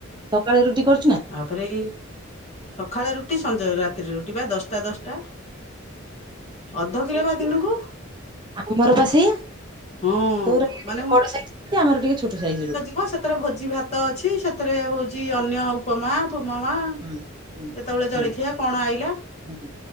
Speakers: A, on the right; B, on the left.
A: ସକାଳେ ରୁଟି କରୁଚି ନା।
B: ତାପରେ ଏଇ ସଖାଳେ ରୁଟି ସଞ୍ଜ ରାତିରେ ରୁଟି ବା ଦଶଟା ଦଶଟା ଅଧ କିଲ ବା ଦିନକୁ।
A: ଆମର ବା ସେଇଆ
B: ହଁ
A: ତୋର ଟିକେ
B: ମାନେ
A: ବଡ ସାଇଜ୍ ର ରୁଟି ଆମର ଟିକେ ଛୋଟ ସାଇଜ୍ ରୁଟି।
B: ହଁ ସେଥିରେ ଭୋଜି ଭାତ ଅଛି ସେଥିରେ ହଉଛି ଅନ୍ୟ ଉପମା ଉପମା,
A: ହୁଁ ହୁଁ
B: କେତେବେଳେ ଜଳଖିଆ
A: ହୁଁ
B: କଣ ଆଇଲା
A: ହୁଁ